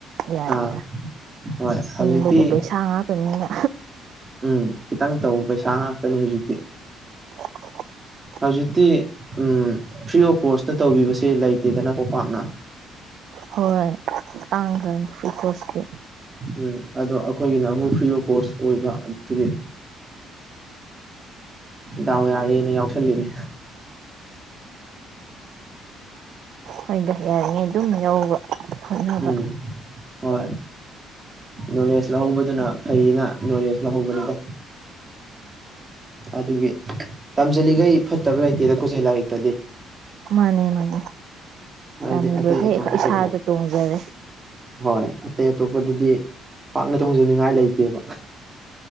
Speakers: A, on the right (about 55°); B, on the right (about 20°).
A: ꯌꯥꯔꯤꯗ
B: ꯑꯥ ꯍꯣꯏ ꯍꯧꯖꯤꯛꯇꯤ
A: ꯍꯤꯡꯕꯁꯦ ꯄꯩꯁꯥ ꯉꯥꯛꯇꯅꯤꯅ
B: ꯎꯝ ꯈꯤꯇꯪ ꯇꯧꯕ ꯄꯩꯁꯥ ꯉꯥꯛꯇꯅꯤ ꯍꯧꯖꯤꯛꯇꯤ
A: <unintelligible>
B: ꯍꯧꯖꯤꯛꯇꯤ ꯎꯝ ꯐ꯭ꯔꯤ ꯑꯣꯐ ꯀꯣꯁꯇ ꯇꯧꯕꯤꯕꯁꯦ ꯂꯩꯇꯦꯗꯅꯀꯣ ꯄꯥꯛꯅ
A: ꯍꯣꯏ ꯇꯥꯡꯈ꯭ꯔ ꯐꯨꯀꯣꯁꯇꯦ
B: ꯎꯝ ꯑꯗꯣ ꯑꯩꯈꯣꯏꯒꯤꯅ ꯑꯃꯨꯛ ꯐ꯭ꯔꯤ ꯑꯣꯐ ꯀꯣꯁ ꯑꯣꯏꯕ ꯑꯗꯨꯒꯤ ꯗꯥꯎ ꯌꯥꯔꯦꯅ ꯌꯥꯎꯁꯜꯂꯤꯅꯦ
A: ꯈꯣꯏꯏꯗ ꯌꯥꯔꯤꯉꯩ ꯑꯗꯨꯝ ꯌꯧꯕ ꯍꯣꯠꯅꯕ
B: ꯎꯝ ꯍꯣꯏ ꯅꯣꯂꯦꯖ ꯂꯧꯍꯧꯕꯗꯨꯅ ꯐꯩꯌꯦꯅ ꯅꯣꯂꯦꯖ ꯂꯧꯍꯧꯕꯅꯤꯗ ꯑꯗꯨꯒꯤ ꯇꯝꯖꯂꯤꯈꯩ ꯐꯠꯇꯕ ꯂꯩꯇꯦ ꯅꯪ ꯀꯣꯁꯩ ꯂꯥꯏꯔꯤꯛꯇꯗꯤ
A: ꯃꯥꯅꯦ ꯃꯥꯅꯦ
B: ꯍꯥꯏꯗꯤ
A: ꯇꯝꯃꯤꯕꯈꯩ
B: ꯑꯇꯩ ꯑꯇꯣꯞꯄꯗꯕꯨ
A: ꯑꯩꯈꯣꯏ ꯏꯁꯥꯗ ꯇꯣꯡꯖꯔꯦ
B: ꯍꯣꯏ ꯑꯇꯩ ꯑꯇꯣꯞꯄꯗꯗꯤ ꯄꯥꯛꯅ ꯊꯣꯡꯖꯅꯤꯡꯉꯥꯏ ꯂꯩꯇꯦꯕ